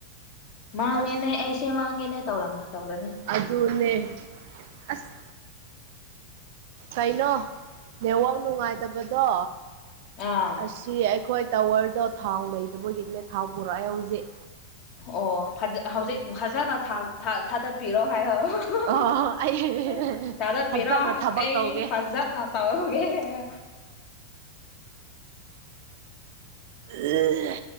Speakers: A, on the left; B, on the right.
A: ꯃꯥꯡꯉꯦꯅꯦ
B: ꯑꯁ
A: ꯑꯩꯁꯦ ꯃꯥꯡꯉꯦꯅꯦ ꯇꯧꯔꯝ ꯇꯧꯔꯅꯤ꯫
B: ꯑꯗꯨꯅꯦ ꯑꯁ꯫ ꯀꯩꯅꯣ ꯅꯦꯠꯋꯥꯛ ꯅꯨꯡꯉꯥꯏꯇꯕꯗꯣ
A: ꯑꯥ
B: ꯑꯁꯤ ꯑꯩꯈꯣꯏ ꯇꯋꯔꯗꯣ ꯊꯥꯎ ꯂꯩꯗꯕꯒꯤꯅꯦ ꯊꯥꯎ ꯄꯨꯔꯛꯑꯦ ꯍꯧꯖꯤꯛ꯫
A: ꯑꯣ ꯍꯧꯖꯤꯛ ꯐꯖꯅ ꯊꯥ ꯊꯥ ꯊꯥꯗꯠꯄꯤꯔꯣ꯫ ꯍꯥꯏꯌꫭ
B: ꯑꯣ ꯑꯩ
A: ꯊꯥꯗꯠꯄꯤꯔꯣ
B: ꯐꯖꯅ ꯊꯕꯛ
A: ꯑꯩ
B: ꯇꯧꯒꯦ
A: ꯐꯖꯠꯅ ꯇꯧꯒꯦ꯫ ꯀ
B: ꯌꯦ